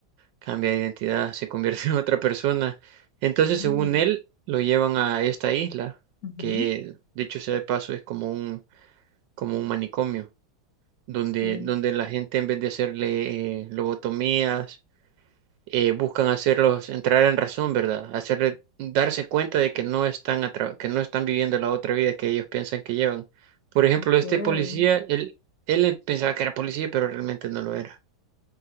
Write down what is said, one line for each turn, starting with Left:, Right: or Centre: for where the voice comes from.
Right: Cambia de identidad, se convierte <laughs> en otra persona. Entonces,
Left: Mm,
Right: según él, lo llevan a esta isla,
Left: ujú,
Right: que dicho sea de paso, es como un, como un manicomio, donde,
Left: sí,
Right: donde la gente en vez de hacerle eh, lobotomías, eh, buscan hacerlos entrar en razón, ¿verdad? Hacerle darse cuenta de que no están atra- que no están viviendo la otra vida que ellos piensan que llevan. Por ejemplo,
Left: ok.
Right: este policía, él, él pensaba que era policía, pero realmente no lo era.